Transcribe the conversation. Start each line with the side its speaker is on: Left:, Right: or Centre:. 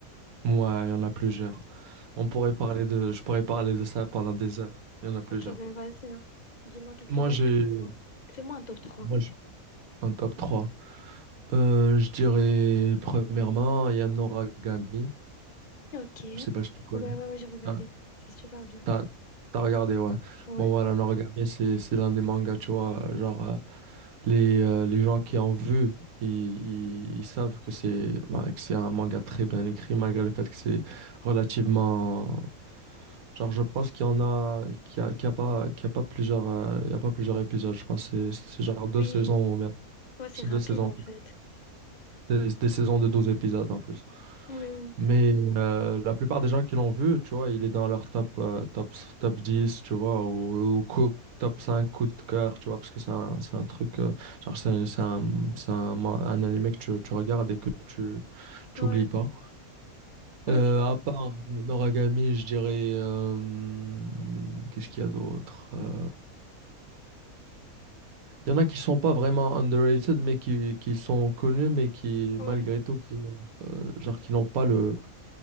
Right: Ouais, il y en a plusieurs. On pourrait parler de, je pourrais parler de ça pendant des heures. Il y en a plusieurs.
Left: Ok, ben vas-y, hein. Dis-moi quelques-uns.
Right: Moi, j'ai,
Left: Fais-moi un top trois
Right: moi, j'ai un top trois Euh, je dirais premièrement Yanoragami.
Left: Ok. Ouais,
Right: Je sais pas si tu connais.
Left: ouais, ouais, j'ai regardé.
Right: Ah,
Left: C'est super bien.
Right: t'as, t'as regardé, ouais.
Left: Ouais.
Right: Bon, voilà, Yanoragami, c'est, c'est l'un des mangas, tu vois. Genre, euh, les, euh, les gens qui en vu, ils, ils, ils savent que c'est bah, que c'est un manga très bien écrit, malgré le fait que c'est relativement. Genre, je pense qu'il y en a, qu'il y a, qu'il y a pas, qu'il y a pas plusieurs, euh, il y a pas plusieurs épisodes. Je pense que c'est c'est genre
Left: Oui,
Right: deux saisons ou bien.
Left: Ouais, c'est
Right: C'est
Left: rapide
Right: deux saisons.
Left: en fait.
Right: C'est des saisons de 12 épisodes en plus.
Left: Oui, oui.
Right: Mais euh, la plupart des gens qui l'ont vu, tu vois, il est dans leur top, euh, top, top 10 tu vois, ou, ou co- top 5 coup de cœur, tu vois, parce que c'est un, c'est un truc, euh, genre, c'est un, c'est un, c'est un, man- un animé que tu, tu regardes et que tu, tu
Left: Ouais.
Right: oublies pas.
Left: Ok.
Right: Euh, à part Noragami, je dirais, euh, qu'est-ce qu'il y a d'autre? euh, Il y en a qui sont pas vraiment underrated, mais qui, qui sont connus, mais qui,
Left: Ouais.
Right: malgré tout, qui, euh, genre, qui n'ont pas le,